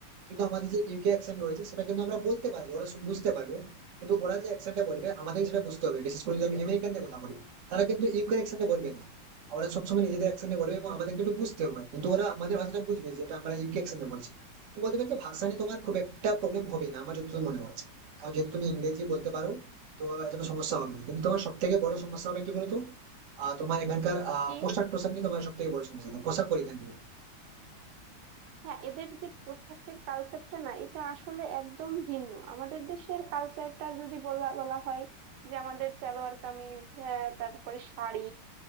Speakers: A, on the right; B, on the right.
A: কিন্তু আমাদের যে ইউকে অ্যাকসেন্ট রয়েছে সেটা কিন্তু আমরা বলতে পারবো ওরা সব বুঝতে পারবে কিন্তু ওরা যে অ্যাকসেন্টটা বলবে আমাদের সেটা বুঝতে হবে বিশেষ করে যদি আমি আমেরিকানদের কথা বলি তারা কিন্তু ইউকে অ্যাকসেন্টে বলবে না ওরা সবসময় নিজেদের অ্যাকসেন্টে বলবে এবং আমাদেরকে একটু বুঝতে হবে কিন্তু ওরা আমাদের ভাষাটা বুঝবে যেটা আমরা ইউকে অ্যাকসেন্টে বলছি তো বলতে পারি যে ভাষা নিয়ে তোমার খুব একটা প্রবলেম হবে না আমার যতদূর মনে হচ্ছে কারণ যদি তুমি ইংরেজি বলতে পারো তো এতটা সমস্যা হবে না কিন্তু তোমার সব থেকে বড় সমস্যা হবে কি বলতো আহ, তোমার এখানকার আহ,
B: কি
A: পোশাক টোশাক নিয়ে তোমার সব থেকে বড় সমস্যা তোমার পোশাক পরিধান নিয়ে
B: হ্যাঁ এদের যে পোশাকের কালচারটা না এটা আসলে একদম ভিন্ন আমাদের দেশের কালচারটা যদি বলা বলা হয় যে আমাদের সালোয়ার কামিজ হ্যাঁ, তারপরে শাড়ি